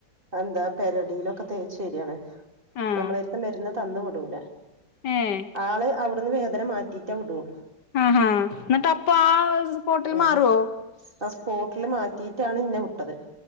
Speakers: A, on the right (about 30°); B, on the left (about 70°).
A: അന്താ പെരളിയിലൊക്കെ തേച്ചരിയാണ്.
B: ആഹ്
A: നമ്മളടുത്ത് മരുന്ന് തന്നു വിടൂല
B: ഏഹ്
A: ആള് അവിട് അവിട്ന്ന് വേദന മാറ്റിറ്റേ വിട്വോള്ളൂ.
B: ആ ആ എന്നിട്ടപ്പോ ആ അത് സ്പോട്ടില്
A: ആഹ്
B: മാറുവോ?
A: ആ സ്പോട്ടില് മാറ്റി ട്ടാണ് ഇന്നെ വി ട്ടത്.